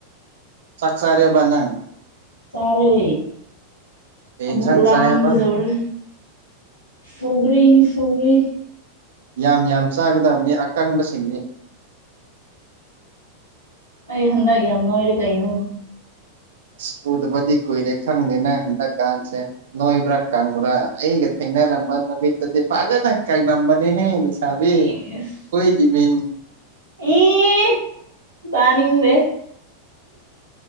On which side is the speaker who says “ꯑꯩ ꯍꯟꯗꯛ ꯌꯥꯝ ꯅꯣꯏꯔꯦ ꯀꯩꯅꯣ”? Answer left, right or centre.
Left